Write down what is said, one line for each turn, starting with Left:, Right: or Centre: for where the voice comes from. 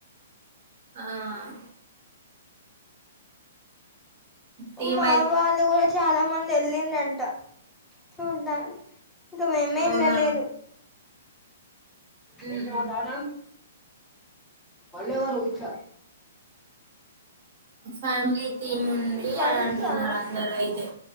Right: ఆ థీమ్
Centre: మా
Right: అయి
Centre: వాళ్ళు కూడా చాలా మంది వెళ్లిండంట చూడ్డాానికి ఇంకా మేమే
Right: అవునా
Centre: ఎల్లాలేదు
Right: ఉమ్
Centre: వేసినావా
Right: ఉమ్
Centre: తాళం మల్ల ఎవరు ఇంట్ల
Right: ఫ్యామిలీ థీమ్ ఉంది
Centre: ఫైట్
Right: అని అంటున్నారు
Centre: లా
Right: అందరు అయితే